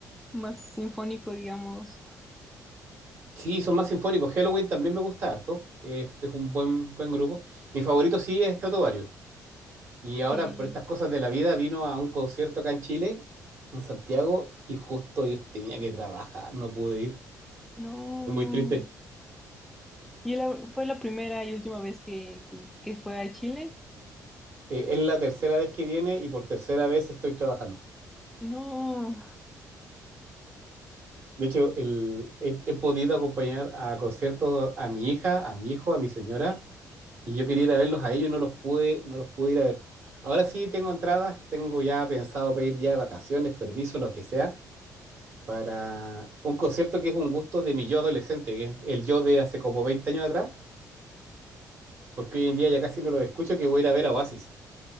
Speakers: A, in the centre; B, on the right.
A: más sinfónico, digamos.
B: Sí, son más sinfónicos. Halloween también me gusta harto. Es, es un buen, buen grupo. Mi favorito sí es Stratovarius. Y ahora,
A: Y
B: por estas cosas de la vida, vino a un concierto acá en Chile, en Santiago, y justo yo tenía que trabajar, no pude ir.
A: no.
B: Fue muy triste.
A: Y la- fue la primera y última vez que, que, que fue a Chile.
B: Eh, es la tercera vez que viene y por tercera vez estoy trabajando.
A: No,
B: De hecho, el- he, he podido acompañar a conciertos a mi hija, a mi hijo, a mi señora y yo quería ir a verlos a ellos y no los pude, no los pude ir a ver. Ahora sí tengo entradas, tengo ya pensado pedir ya de vacaciones, permiso, lo que sea, para un concierto que es un gusto de mi yo adolescente, que es el yo de hace como 20 años atrás, porque hoy en día ya casi no lo escucho, que voy a ir a ver a Oasis.